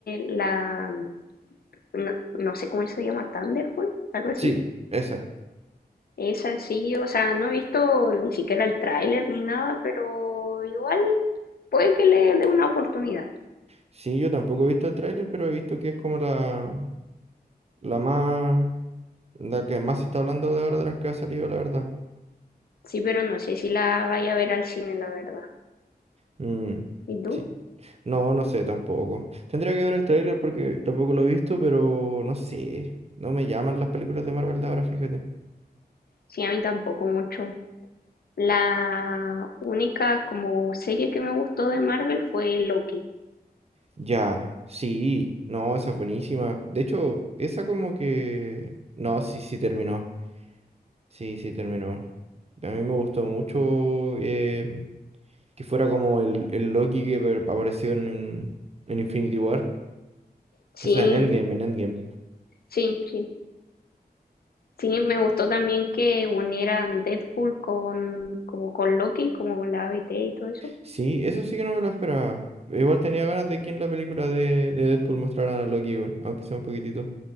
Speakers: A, on the left; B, on the right.
A: la, mm, no, no sé cómo se llama, Thunderbolt, algo así.
B: Sí, esa.
A: Esa sí, o sea, no he visto ni siquiera el tráiler ni nada, pero igual puede que le dé una oportunidad.
B: Sí, yo tampoco he visto el tráiler, pero he visto que es como la, la más, la que más se está hablando de ahora de las que ha salido, la verdad.
A: Sí, pero no sé si la vaya a ver al cine, la verdad.
B: Mm,
A: ¿Y tú?
B: sí. No, no sé tampoco. Tendría que ver el tráiler porque tampoco lo he visto, pero no sé. No me llaman las películas de Marvel de ahora, fíjate.
A: Sí, a mí tampoco mucho. La única como serie que me gustó de Marvel fue Loki.
B: Ya, sí, no, esa es buenísima. De hecho, esa como que... No, sí, sí terminó. Sí, sí terminó. A mí me gustó mucho. eh, que fuera como el, el Loki que apare- apareció en, en Infinity War.
A: Sí,
B: O sea, en Endgame, en Endgame.
A: sí, sí. Sí, me gustó también que unieran Deadpool con como con Loki, como con la A B T y todo eso.
B: Sí, eso sí que no me lo esperaba. Igual tenía ganas de que en la película de, de Deadpool mostraran a Loki, weón, aunque sea un poquitito.